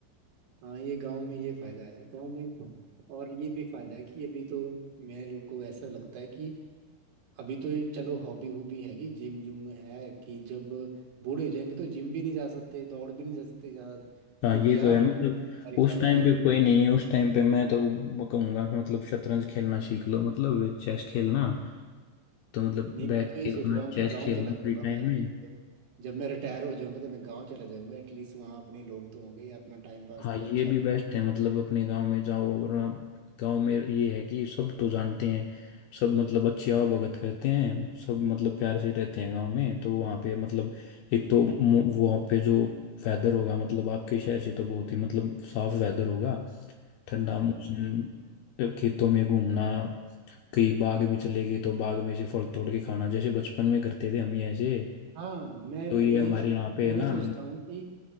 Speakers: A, on the right (about 70°); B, on the left (about 80°).
A: हाँ ये गांव में ये फायदा है गांव में और ये भी फायदा है कि अभी तो मेरे को ऐसा लगता है कि अभी तो ये चलो हॉबी हूबी है कि जिम जुम है कि जब बूढ़े हो जाएंगे तो जिम भी नहीं जा सकते दौड़ भी नहीं जा सकते ज्यादा
B: हाँ
A: तो
B: ये
A: क्या
B: तो है मतलब
A: हमारे
B: उस
A: शहरों
B: टाइम
A: में रहे
B: पे कोई नहीं है उस टाइम पे मैं तो वो कहूंगा कि मतलब शतरंज खेलना सीख लो मतलब चेस खेलना तो मतलब
A: नहीं
B: बैठ
A: मैं तो ये
B: के
A: सोच
B: अपना
A: रहा हूँ
B: चेस
A: कि गांव
B: खेलना
A: चला जाऊंगा
B: फ्री टाइम
A: मैं
B: में
A: तो जब मैं रिटायर हो जाऊंगा तो मैं गांव चला जाऊंगा एटलीस्ट वहाँ अपने लोग तो होंगे अपना टाइम पास
B: हाँ
A: तो
B: ये
A: अच्छा होगा
B: भी बेस्ट है मतलब अपने गांव में जाओ और आप- गांव में ये है कि सब तो जानते हैं सब मतलब अच्छी आवाभगत करते हैं सब मतलब प्यार से रहते हैं गांव में तो वहाँ पे मतलब एक तो मो- वहाँ पे जो वेदर होगा मतलब आपके शहर से तो बहुत ही मतलब साफ वेदर होगा ठंडा
A: हाँ
B: मौसम खेतों में घूमना कहीं बाग में चले गए तो बाग में से फल तोड़ के खाना जैसे बचपन में करते थे हम ये ऐसे
A: हाँ मैं
B: तो
A: वही
B: ये हमारे यहाँ पे
A: मैं
B: है
A: वही
B: ना
A: सोचता हूँ कि